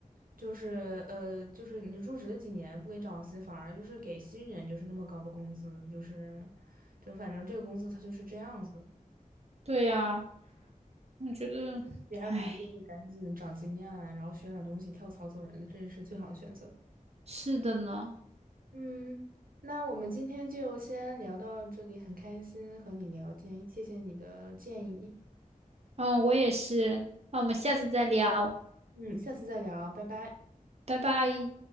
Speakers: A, on the right; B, on the right.
A: 就是呃，就是你入职几年不给涨薪，反而就是给新人就是那么高的工资，就是就反正这个公司它就是这样子，
B: 对呀，我觉得，
A: 你还不如就是赶紧长经验啊，
B: 唉，
A: 然后学点儿东西，跳槽走人，这是最好的选择。
B: 是的呢。
A: 嗯，那我们今天就先聊到这里，很开心和你聊天，谢谢你的建议。
B: 嗯，我也是。那我们下次再聊，
A: 嗯，下次再聊，拜拜。
B: 拜拜。